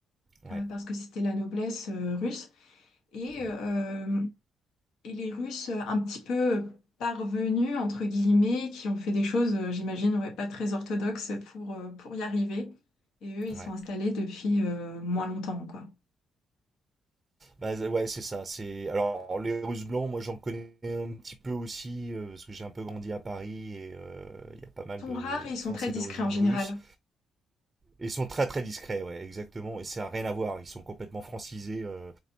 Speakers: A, on the right (about 25°); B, on the left (about 80°).
A: ouais,
B: euh, parce que c'était la noblesse euh, russe. Et,
A: ouais,
B: euh, et les Russes euh, un petit peu parvenus, entre guillemets, qui ont fait des choses, euh, j'imagine, ouais, pas très orthodoxes pour, euh, pour y arriver. Et eux, ils sont
A: ouais.
B: installés depuis euh, moins longtemps, quoi.
A: Bah, c'est- ouais, c'est ça. C'est alors les Russes blancs, moi j'en connais un petit peu aussi euh, parce que j'ai un peu grandi à Paris et euh, il euh, y a pas mal
B: Ils sont
A: de
B: rares et ils sont
A: Français
B: très discrets
A: d'origine
B: en général.
A: russe. Ils sont très très discrets, ouais, exactement. Et ça n'a rien à voir. Ils sont complètement francisés. Euh,